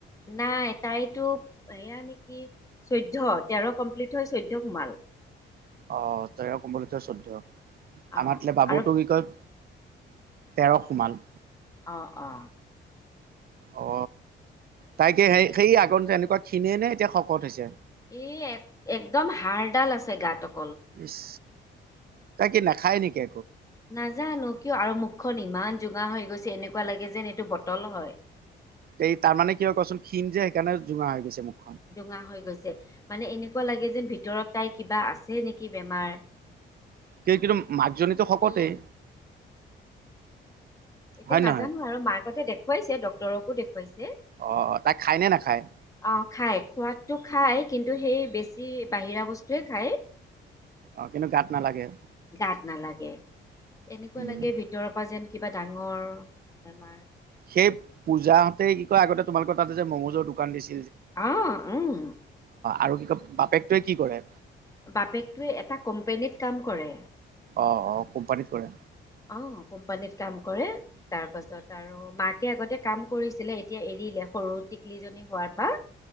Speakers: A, on the left (about 15°); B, on the right (about 50°).
A: নাই তাইতো এয়া নেকি চৈধ্য তেৰ কমপ্লিট হয় চৈধ্য সোমাল।
B: অ তাই কোমল তই চৈধ্য
A: অ
B: আমাৰাত বাবুটো
A: আৰু
B: কি কয় তেৰ সোমাল।
A: অ অ।
B: অ তাইকে সেই সেই আগত জেনেকুৱা খিনিয়ে নে এতিয়া শকত হৈছে?
A: এ এক একদম হাড়ডাল আছে গাতক।
B: ইছ তাই কি নাখায় নেকি?
A: <inaudible> নাজানো কিয় আৰু মুখখন ইমান জোগাৰ হৈ গৈছে এনেকুৱা লাগে যেন এইটো বটল হয়। <inaudible>
B: তেই তাৰ মানে কি হয় কচোণ খিন যে সেইকাৰণে জোঙা হৈ গৈছে মানে-
A: জোঙা হৈ গৈছে মানে এনেকুৱা লাগে যেন ভিতৰত তাই কিবা আছে নেকি বেমাৰ
B: কি কিন্তু মাকজনীতো শকতেই?
A: উম। এতিয়া
B: হয়
A: নাজানো
B: নহয়
A: আৰু মাকতে দেখুৱাইছে ডক্তৰকো দেখুৱাইছে।
B: অ', তাই খায় নে নাখায়
A: অ খাই খোৱাটো খাই কিন্তু সেই বেছি বাহিৰা বস্তুৱে খায়।
B: অ কিন্তু গাত নালাগে।
A: গাত নালাগে এনেকুৱা
B: উম,
A: লাগে ভিতৰৰ পৰা যেন কিবা ডাঙৰ বেমাৰ
B: সেই পূজা হতেই কি কয় আগতে তোমালোকৰ তাতে যে মমোজৰ দোকান দিছে
A: আহ উম।
B: আৰু কি কয় বাপেকটোৱে কি কৰে?
A: বাপেকটোৱে এটা কোম্পানীত কাম কৰে।
B: অ অ কোম্পানীত কৰে।
A: অ কোম্পানীত কাম কৰে তাৰ পাছত আৰু মাকে আগতে কাম কৰিছিলে এতিয়া এৰি দিলে সৰু টিকলিজনী হোৱাৰ পৰা।